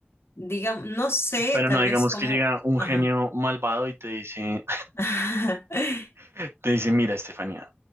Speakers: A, on the left; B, on the right.
A: digamos, no sé
B: pero
A: tal
B: no digamos
A: vez cómo,
B: que llega un
A: ajá.
B: genio malvado y te dice,
A: <laughs>
B: <laughs> te dice, mira, Estefanía,